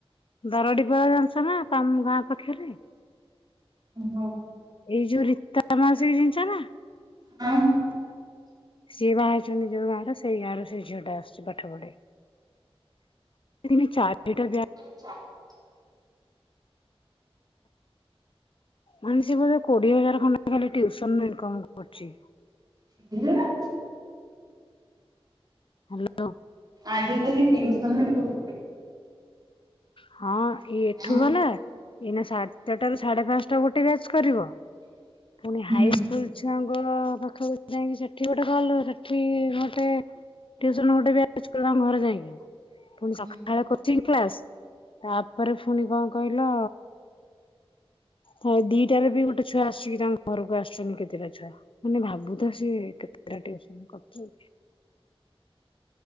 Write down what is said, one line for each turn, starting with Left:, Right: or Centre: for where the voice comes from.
Left: ଦାରଡ଼ିପାଳ ଜାଣି ଚ ନା ତମ ଗାଁ ପାଖରେ।
Right: <inaudible>
Left: ଏଇ ଯୋଉ ରୀତା ମାଉସିକି ଚିନିଛ ନା।
Right: ହଁ
Left: ସିଏ ବାହାହିଛନ୍ତି ଯୋଉ ଗାଁ ଟା ସେ ସେଇ ଗାଁ ର ସେଇ ଝିଅଟା ଆସୁଛି ପାଠ ପଢ଼େଇ <inaudible> ଚାରିଟା ବ୍ୟା
Right: <inaudible>
Left: ମାନେ ସିଏ ବୋଧେ କୋଡିଏ ହଜାର୍ ଖଣ୍ଡେ ଖାଲି ଟ୍ୟୁସନ୍ ରେ ଇନ୍କମ କରୁଛି।
Right: <inaudible>
Left: ହାଲୋ
Right: ଆଜ କାଲି ଟିଉସନ୍ ବି ବହୁତ୍
Left: ହଁ ଇ ଏଠୁ
Right: ହଁ।
Left: ଗଲା ଏଇନା ସାତଟାରୁ ସାଢ଼େ ପାଞ୍ଚଟା ଗୋଟେ ବ୍ୟାଚ କରିବ ପୁଣି ହାଇସ୍କୁଲ୍
Right: ହୁଁ।
Left: ଛୁଆଙ୍କ ପାଖକୁ ଯାଇକି ସେଠି ଗୋଟେ କଲ୍ ସେଠି ଘଣ୍ଟେ ଟୁଉସନ ଗୋଟ ବ୍ୟାଚ୍ କରିବ ତାଙ୍କ ଘରେ ଯାଇକି। ପୁଣି ସକାଳେ
Right: ହୁଁ।
Left: କୋଚିଂ କ୍ଲାସ୍ ତାପରେ ଫୁଣି କଣ କହିଲ? ହଁ ଦିଟାରେ ବି ଗୋଟେ ଛୁଆ ଆସଛିି ତାଙ୍କ ଘରକୁ ଆସୁଛନ୍ତି କେତେଟା ଛୁଆ ମାନେ ଭାବୁଥା ସିଏ କେତେଟା ଟିଉସନ୍ କରୁଛନ୍ତି।